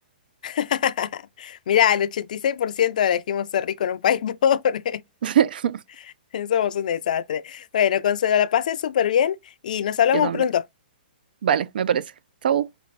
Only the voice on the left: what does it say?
<laughs> Mirá, el 86% elegimos ser rico en un país <laughs> pobre.
<laughs> Somos un desastre. Bueno, Consuelo, la pasé súper bien y nos hablamos
pronto.